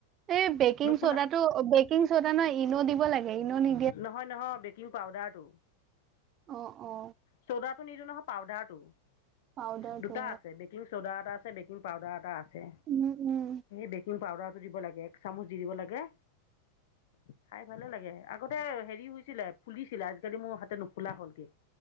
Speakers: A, on the right; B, on the left.
A: এই বেকিং
B: নুফুলা
A: চ'দাটো বেকিং চ'দা নহয় ইন দিব লাগে ইন নি
B: নহয় নহয় বেকিং পাউদাৰটো
A: অ অ
B: চ'ডাত নিদি নহয় পাউদাৰ টো
A: পাউদাৰটো
B: দুটা আছে বেকিং চ'দা এটা আছে বেকিং পাউদাৰ এটা আছে
A: উম উম
B: এই বেকিং পাউদাৰটো দিব লাগে এক চামুচ দি দিব লাগে খাই ভালে লাগে আগতে হেৰি হৈছিলে ফুলিছিলে আজিকালি মোৰ হ নুফুলা হ'ল কেক